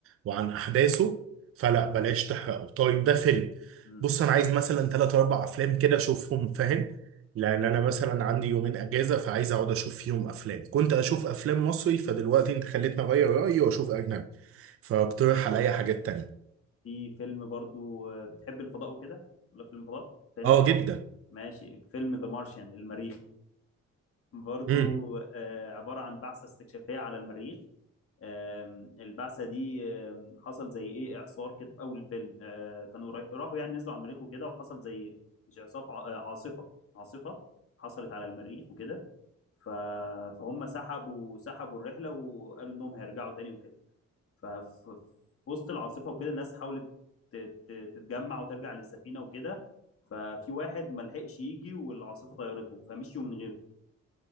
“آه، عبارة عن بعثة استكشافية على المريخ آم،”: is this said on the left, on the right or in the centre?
Left